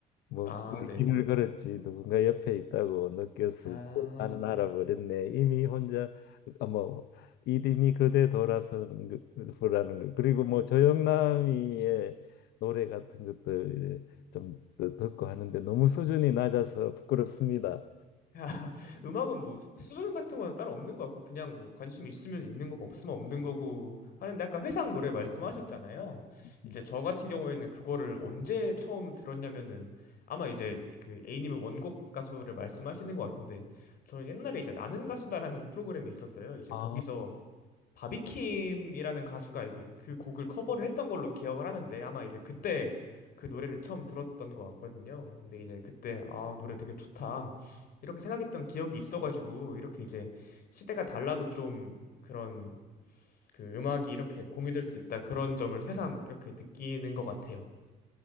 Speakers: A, on the left; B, on the left.
A: 뭐
B: 아,
A: 길-
B: 네네.
A: 길을 걸었지 누군가 옆에 있다고 느꼈을
B: 아,
A: 때 나는 알아버렸네 이미 혼자 아, 뭐 이름이 그대 돌아선 거라는 거 그리고 뭐 조영남이의 노래 같은 것들 좀 듣고 하는데 너무 수준이 낮아서 부끄럽습니다.
B: <laughs> 음악은 뭐 수- 수준 같은 건 따로 없는 것 같고 그냥 뭐 관심 있으면 있는 거고 없으면 없는 거고 하는데 아까 회상 노래 말씀하셨잖아요.
A: 네.
B: 이제 저 같은 경우에는 그거를 언제 처음 들었냐면은 아마 이제 그 A님은 원곡 가수를 말씀하시는 것 같은데 저는 옛날에 이제 나는 가수다라는 프로그램이 있었어요. 이제
A: 아.
B: 거기서 바비킴이라는 가수가 이제 그 곡을 커버를 했던 걸로 기억을 하는데 아마 이제 그때 그 노래를 처음 들었던 것 같거든요. 근데 이제 그때 아, 노래 되게 좋다. 이렇게 생각했던 기억이 있어가지고 이렇게 이제 시대가 달라도 좀 그런 그 음악이 이렇게 공유될 수 있다. 그런 점을 새삼 이렇게 느끼는 것 같아요.